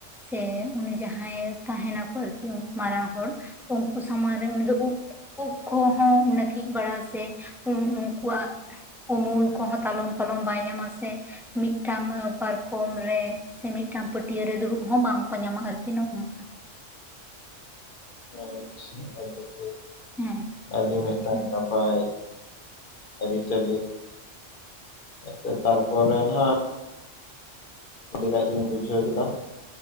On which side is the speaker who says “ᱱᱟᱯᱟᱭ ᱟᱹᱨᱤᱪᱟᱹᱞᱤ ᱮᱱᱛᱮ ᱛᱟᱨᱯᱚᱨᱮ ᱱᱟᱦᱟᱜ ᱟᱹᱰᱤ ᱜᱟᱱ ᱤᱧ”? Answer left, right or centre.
Left